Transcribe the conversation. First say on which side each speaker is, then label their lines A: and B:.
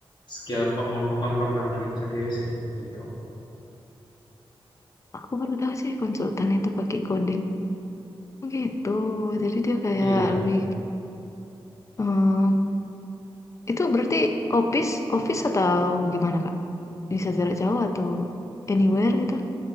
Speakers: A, on the left (about 50°); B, on the left (about 35°).
A: skill pemo- pemrograman itu sendiri sih, gitu.
B: Aku baru tahu sih konsultan itu pakai coding. Oh gitu, jadi dia kayak
A: Iya,
B: lebih Hmm, itu berarti office, office atau gimana Kak? Bisa jarak jauh atau anywhere gitu?